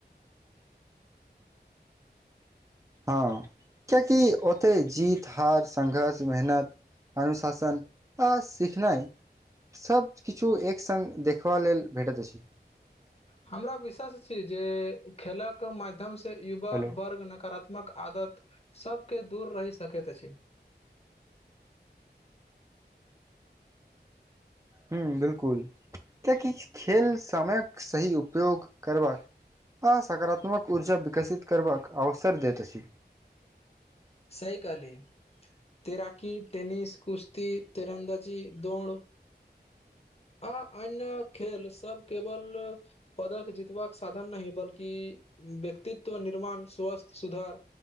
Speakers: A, on the right (about 15°); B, on the left (about 35°).
A: हँ किएकि ओतय जीत, हार, संघर्ष, मेहनत अनुशासन आ सीखनाइ सभ किछु एक संग देखबा लेल भेटैत अछि।
B: हमरा विश्वास छी जे खेलक माध्यमसँ युवा
A: हेलो
B: वर्ग नकारात्मक आदत सबके दूर रहि सकैत अछि।
A: हॅं, बिल्कुल। किएकि खेल समयक सही उपयोग करबाक आ सकारात्मक ऊर्जा विकसित करबाक अवसर देैत अछि
B: सही कहली। तैराकी, टेनिस, कुशती, तेरन्दाजी, दौड़ आ अन्य खेल सब केवल पदक जीतबाक साधन नहि बल्कि व्यक्तित्व निर्माण, स्वस्थ सुधार